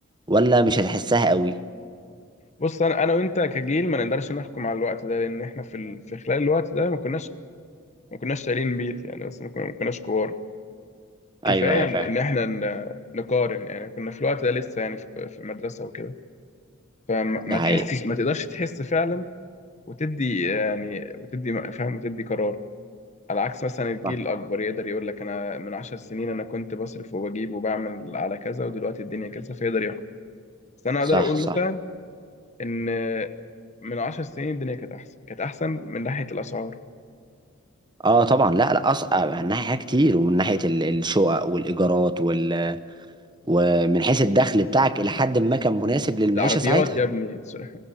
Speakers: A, on the right (about 20°); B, on the left (about 35°).
A: ولا مش هتحسها قوي
B: بص انا انا وانت كجيل ما نقدرش نحكم على الوقت ده لان احنا في ال... في خلال الوقت ده ما كناش ما كناش شايلين بيت يعني بس ما كنا- ما كناش كبار كفايه
A: ايوه ايوه
B: ان
A: فاهم
B: إن احنا ن... نقارن يعني كنا في الوقت ده لسه يعني في, في المدرسه وكده فما ما
A: ده حقيقي
B: تحسش ما تقدرش تحس فعلا وتدي يعني وتدي فاهم وتدي قرار على عكس مثلا الجيل
A: صح
B: الاكبر يقدر يقول لك انا من عشر سنين انا كنت بصرف وبجيب وبعمل على كذا ودلوقتي الدنيا كذا فيقدر يحكم بس انا اقدر
A: صح
B: اقول
A: صح
B: مثلا ان من عشر سنين الدنيا كانت احسن كانت احسن من ناحيه الاسعار
A: اه طبعا لا لا اصعب من ناحية حاجات كتير ومن ناحية ال- الشقق والايجارات وال ومن حيث الدخل بتاعك إلى حد ما كان مناسب للمعيشة
B: العربيات
A: ساعتها
B: يا ابني سوق